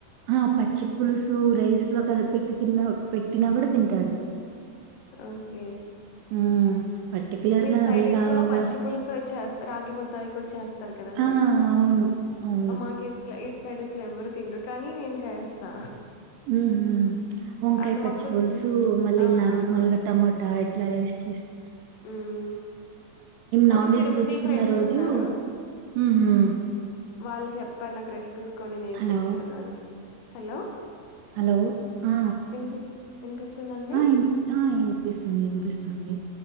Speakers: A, on the right (about 85°); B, on the left (about 80°).
A: ఆ పచ్చి పులుసు రైస్ లో కలి పెట్టి తిన్న పెట్టినా కూడా తింటాడు
B: ఓకే
A: హ్మ్ పర్టిక్యులర్
B: మీ
A: గా
B: సైడ్
A: అదే
B: ఎక్కువ
A: కావాలా
B: పచ్చి పులుసు అవి చేస్త రాగి ముద్ద అవి కూడా చేస్తారు కదండి
A: ఆ అవును అవును.
B: మాకు ఇట్లా ఇటు సైడ్ అసలు ఎవ్వరు తిినరు కానీ నేను చేస్తా
A: హ్మ్ హు వంకాయ
B: అండ్
A: పచ్చి
B: మాకు
A: పులుసు
B: హ్మ్.
A: మళ్ళీ
B: ఆ!
A: నార్
B: అవును.
A: మళ్ళ టమోటా య ఇట్లా వే చేస్త
B: హ్మ్ మాకు
A: నాన్ వెజ్
B: తిరుపతి
A: తెచ్చుకున్న
B: ఫ్రెండ్స్
A: రోజు
B: ఉన్నారు
A: హ్మ్ హ్మ్
B: వాళ్ళు హ్మ్ చెప్పారు నాకు రెసిపీస్ కొన్ని నేర్పించారు
A: హలో
B: వాళ్ళు హలో
A: హలో ఆ
B: వినిపిస్ వినిపిస్తుందండి?
A: ఆ ఏంది ఏంది వినిపిస్తుంది వినిపిస్తుంది